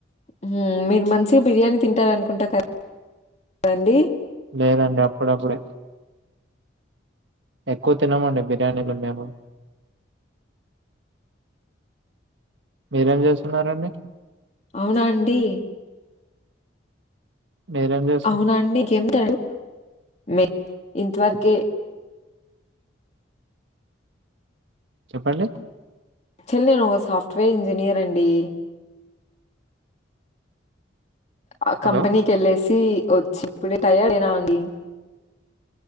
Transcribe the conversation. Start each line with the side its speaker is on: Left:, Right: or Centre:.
Left: ఉమ్ మీరు మంచిగా బిర్యానీ తింటారానుకుంట కదండి
Right: లేదండి అప్పుడప్పుడే ఎక్కువ తినమండి బిర్యానీలు మేము మీరేం చేస్తున్నారండి
Left: అవునా అండి
Right: మీరే చేత్
Left: అవునా అండి <inaudible> మీ ఇంతవరకి
Right: చెప్పండి
Left: చెల్లి నేను ఒక సాఫ్ట్వేర్ ఇంజనీయర్ అండి అ ఆ
Right: హలో
Left: కంపెనీకెళ్ళేసి వచ్చి ఇప్పుడే టయర్డ్ అయినా అండి